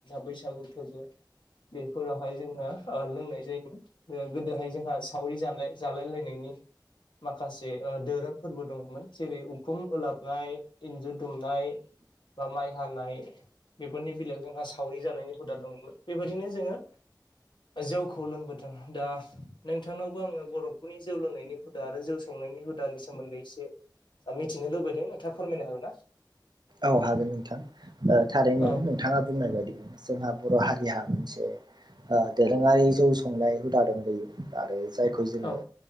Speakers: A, on the left; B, on the right.
A: <unintelligible> बैसागु फोर्बो। बेफोराव हाय जोंङो ओ लोंनाय जायोमोन गोदोहाय जोंहा सावरि जानाय जालाय लायनायनि माखासे ओ धोरोम फोर्बो दङमोन जेरै उखुम ओलाबनाय इन्जुर दुमनाय बा माइ हानाय बेफोरनि बेलायाव जोंहा सावरि जानायनि हुदा दंमोन बेबायदिनो जोङो जौ खौ लोंबोदों दा नोंथांनावबो आङो बर' नखुनि जौ लोंनायनि हुदा आरो जौ संनायनि हुदानि सोमोन्दै एसे ओ मिथिनो लुबैदों नोंथाङा फोरमायनो हागोन ना।
B: औ हागोन नोंथां ओ थारैनो
A: औ
B: नोंथाङा बुंनाय बायदि जोंहा बर' हारिहा मोनसे ओ दोरोङारि जौ संनाय हुदा दं बेयो आरो जायखौ जोङो
A: औ